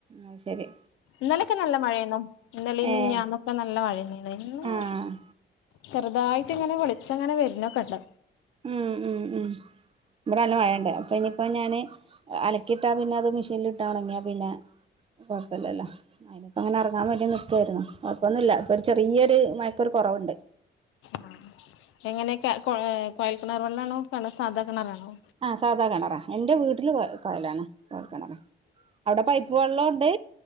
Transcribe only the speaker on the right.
ആഹ് ശരി
ഏഹ്
ആഹ്
ഉം ഉം ഉം ഇവിടെ നല്ല മഴയുണ്ട് അപ്പൊ ഇനിയിപ്പോ ഞാന് അലക്കിയിട്ടാ പിന്നെ അത് മെഷീനിലിട്ട് ഉണങ്ങിയാ പിന്നെ കൊഴപ്പവില്ലല്ലോ അതിനിപ്പം അങ്ങനെ ഇറങ്ങാൻ വേണ്ടി നിൽക്കുവായിരുന്നു കുഴപ്പൊന്നു ഇല്ല ഇപ്പോൾ ഒരു ചെറിയൊരു മഴക്കൊരു കുറവുണ്ട്
ആഹ് സാദാ കിണറാ എന്റെ വീട്ടില് കൊയലാണ് കൊഴൽ കിണറ് അവിടെ പൈപ്പ് വെള്ളം ഉണ്ട്